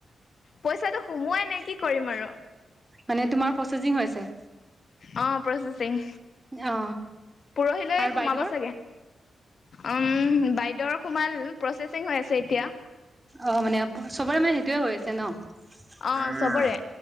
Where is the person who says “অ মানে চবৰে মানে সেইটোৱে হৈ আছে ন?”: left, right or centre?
Right